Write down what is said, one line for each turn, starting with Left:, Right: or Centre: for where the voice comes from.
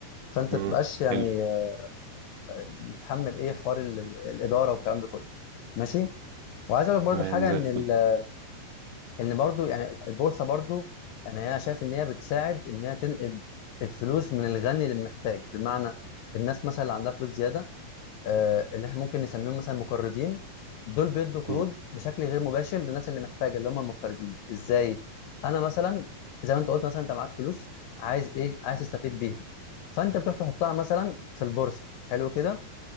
Left: فانت
Right: امم
Left: ما تبقاش يعني
Right: حلو
Left: آه، بتحمل ايه حوار ال- ال- الاداره والكلام ده كله ماشي وعايز اقول لك برضو
Right: تمام
Left: حاجه
Right: زي
Left: ان
Right: الفل
Left: ال- ان برضو يعني البورصه برضو يعني انا شايف ان هي بتساعد ان هي تنقل الفلوس من الغني للمحتاج بمعنى الناس مثلا اللي عندها فلوس زياده آه، اللي احنا ممكن نسميهم مثلا مقرضين دول بيدوا قروض
Right: امم
Left: بشكل غير مباشر للناس اللي محتاجه اللي هم المقرضين ازاي انا مثلا زي ما انت قلت مثلا انت معاك فلوس عايز ايه عايز تستفيد بيها فانت بتروح تحطها مثلا في البورصه حلو كده